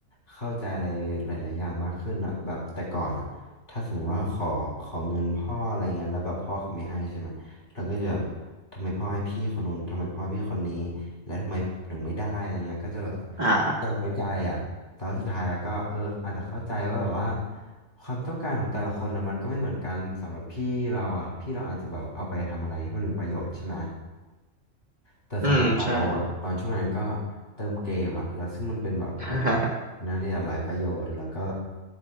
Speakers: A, on the left; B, on the right.
A: เข้าใจอะไรหลายๆอย่างมากขึ้นอ่ะแบบแต่ก่อนอ่ะถ้าสมมติว่าขอขอเงินพ่ออะไรเงี้ยแล้วแบบพ่อเขาไม่ให้ใช่ไหมเราก็จะทำไมพ่อให้พี่คนนู้นทำไมพ่อให้พี่คนนี้แล้วทำไมผมถึงไม่ได้อะไรเงี้ยก็จะแบบ
B: อ่า
A: ใจน้อยใจอ่ะแต่ว่าสุดท้ายแล้วก็เอออาจจะเข้าใจว่าแบบว่า ความต้องการของแต่ละคนนะมันก็ไม่เหมือนกันสำหรับพี่เราอ่ะพี่เราอาจจะแบบเอาไปทำอะไรที่มันมีประโยชน์ใช่ไหมแต่สำหรับบาโลอ่ะตอนช่วงนั้นก็
B: อืมใช่
A: เติมเกมอ่ะแล้วซึ่งมันเป็นแบบอะไรที่แบบน่นางที่จะหลายประโยชน์แล้วก็
B: <laughs>